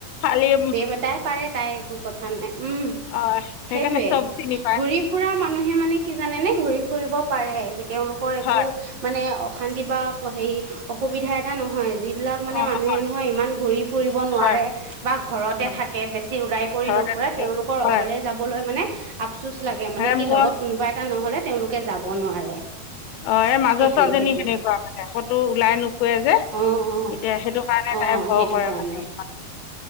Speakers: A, on the left; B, on the right.
A: খালী।
B: সিহতে পাৰে তাই একো কথা নাই উম। <unintelligible>
A: অঁ সেইকাৰণে
B: সেইটোয়ে
A: চব চিনি পায়
B: ঘূৰি ফুৰা মানুহে মানে কি জানে নে ঘূৰি ফুৰিব। <unintelligible> তেওঁলোকৰ একো
A: হয়
B: মানে অশান্তি বা হেই অসুবিধা এটা নহয়। <unintelligible> যিবিলাক মানে
A: অঁ
B: মানুহে
A: হয়
B: নহয় ইমান ঘূৰি ফুৰিব নোৱাৰে।
A: হয়
B: বা ঘৰতে
A: হয়
B: থাকে বেছি ওলাই কৰি
A: ঘৰতে
B: নুফুৰে
A: থাকে
B: তেওঁলোকৰ
A: হয়
B: অকলে যাবলৈ মানে। <unintelligible> আফচুচ লাগে মানে
A: এই
B: কি
A: মোৰ
B: লগত কোনোবা এটা নহলে তেওঁলোকে যাব নোৱাৰে। <unintelligible>
A: অ এই মাজৰ
B: সেইটোৱে
A: ছোৱালীজনী
B: সেইটোৱে
A: সেনেকুৱা মানে কতো ওলাই নোফুৱে যে। <unintelligible>
B: অ অ
A: এতিয়া সেইটো কাৰণে
B: অ
A: তাই ভয়
B: সেইটো
A: কৰে
B: কাৰণে
A: মানে অলমান।